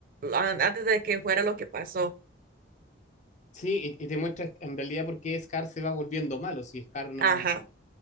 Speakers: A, on the right; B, on the left.
A: an- antes de que fuera lo que pasó.
B: Sí, y, y te muestra en realidad por qué Scar se va volviendo malo, si Scar no...
A: Ajá.